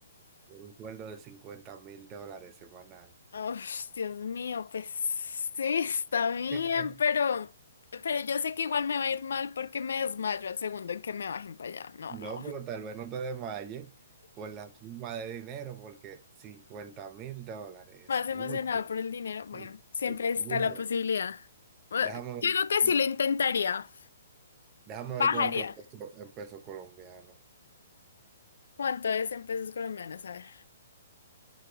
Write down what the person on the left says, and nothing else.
Ush, Dios mío, pues sí, está bien,
pero, pero yo sé que igual me va a ir mal porque me desmayo al segundo en que me bajen para allá. No,
no.
Más
emocionada por el dinero. Bueno,
siempre
está
la posibilidad. Bueno,
yo creo que
sí lo intentaría.
Bajaría.
¿Cuánto es en pesos colombianos? A ver.